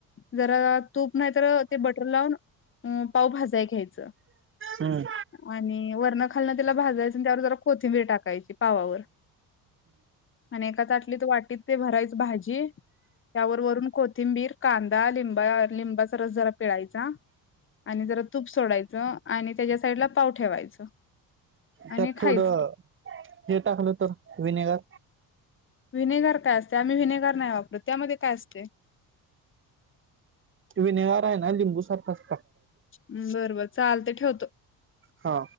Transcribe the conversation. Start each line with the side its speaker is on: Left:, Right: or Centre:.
Left: जरा तूप नाही तर ते बटर लावून अ पाव भाजाय घ्यायचं
Right: हम्म.
Left: आणि वरण खालणं त्याला भाजायचं आणि त्यावर जरा कोथिंबीर टाकायची पावावर आणि एका ताटलीत वाटीत ते भरायच भाजी त्यावर वरून कोथिंबीर कांदा लिंबा लिंबाचा रस जरा पिळायचा आणि जरा तूप सोडायचं आणि त्याच्या साईडला पाव ठेवायचं आणि
Right: त्यात
Left: खायचं.
Right: थोडं हे टाकलं तर विनेगर
Left: विनेगर काय असते आम्ही विनेगर नाही वापरत त्यामध्ये काय असते?
Right: विनेगार आहे ना लिंबू सारखं अस
Left: हम्मं बरोबर चालत ठेवतो.
Right: हा.